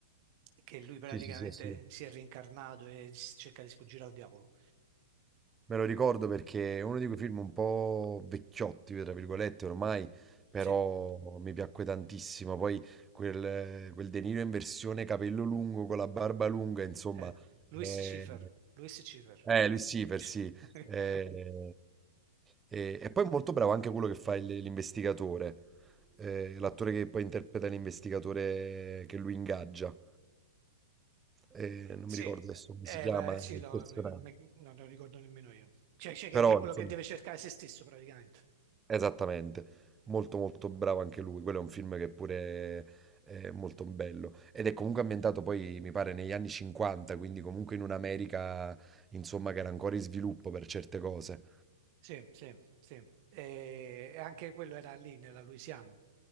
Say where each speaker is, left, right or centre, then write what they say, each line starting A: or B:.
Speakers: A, on the right; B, on the right.
A: che lui praticamente
B: sì, sì, sì, sì.
A: si è reincarnato e s- cerca di sfuggire al diavolo.
B: Me lo ricordo perché è uno di quei film un po' vecchiotti, tra virgolette, ormai, però
A: Sì, eh,
B: mi piacque tantissimo. Poi quel, quel De Niro in versione capello lungo con la barba lunga, insomma.
A: eh, Louis
B: Eh,
A: Schiffer, Louis Schiffer.
B: eh, lui sì, per
A: <laughs>
B: sì. Eh, e, e poi è molto bravo anche quello che fa il- l'investigatore, eh, l'attore che poi interpreta l'investigatore che lui ingaggia. Eh,
A: Eh,
B: non
A: Sì,
B: mi ricordo adesso come
A: eh,
B: si chiama
A: va- sì,
B: il
A: no,
B: personaggio,
A: non ricordo, me- no, non ricordo nemmeno io. Cioè, cioè
B: però
A: che, che è quello
B: insomma.
A: che deve cercare se stesso praticamente.
B: Esattamente, molto molto bravo anche lui, quello è un film che pure è molto bello ed è comunque ambientato poi mi pare negli anni 50, quindi comunque in un'America insomma che era ancora in sviluppo per certe cose.
A: Sì, sì, sì. E, e anche quello era lì nella Louisiana.